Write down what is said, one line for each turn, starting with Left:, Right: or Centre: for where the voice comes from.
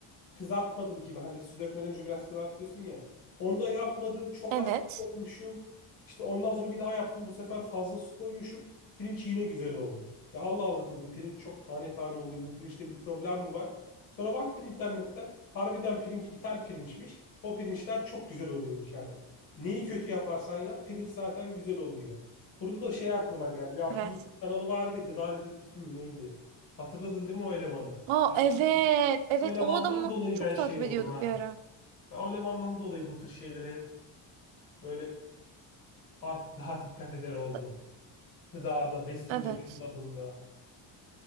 Left: kızartmadım gibi hani su dökmeden önce biraz kızartıyorsun ya. Onu da yapmadım. Çok
Right: evet.
Left: az su koymuşum. İşte ondan sonra bir daha yaptım. Bu sefer fazla su koymuşum. Pirinç yine güzel oldu. Ya Allah Allah dedim pirinç çok tane tane oluyor. Bu pirinçte bir problem mi var? Sonra baktım internetten. Harbiden pirinç İtal pirinçmiş. O pirinçler çok güzel oluyormuş yani. Neyi kötü yaparsan yap pirinç zaten güzel oluyor. Burada da şey aklıma geldi. Ya
Right: Evet.
Left: bir YouTube kanalı vardı ya, Gıda Dedektifi mi neydi? Hatırladın değil mi o elemanı?
Right: Ha
Left: Ya
Right: evet. Evet
Left: o elemandan
Right: o adamı
Left: dolayı
Right: çok
Left: ben şey
Right: takip
Left: oldum
Right: ediyorduk
Left: ha.
Right: bir ara.
Left: Ben o elemandan dolayı bu tür şeylere hep böyle artık daha dikkat eder oldum.
Right: Da-
Left: Gıdada, besinde,
Right: Evet.
Left: şunda bunda.